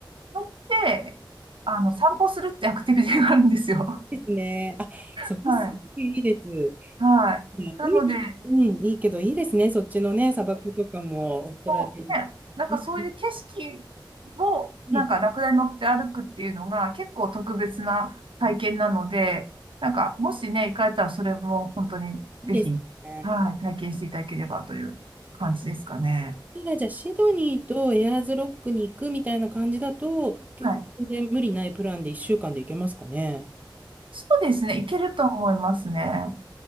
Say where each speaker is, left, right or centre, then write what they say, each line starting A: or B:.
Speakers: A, on the right (about 90°); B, on the right (about 20°).
A: ダに乗って、あの、散歩するってアクティビティがあるんですよ。
B: ですね。あ、
A: <laughs>
B: それすごいいいです。
A: はい。はい。
B: いやいい、
A: なので、
B: うん、いいけど、いいですね。そっちのね、砂漠とかも、オーストラリア。
A: そうね、なんかそういう景色
B: うん
A: を、
B: う
A: なんかラクダに乗って歩くっていうのが結構特別な体験なので、
B: ん
A: なんか、もしね、行かれたらそれも本当にぜひ、
B: いいですね。
A: はい、体験していただければという感じですかね。
B: それじゃあシドニーとエアーズロックに行くみたいな感じだと全然無理ないプランで一週間で行けますかね？
A: はい。そうですね、行けると思いますね。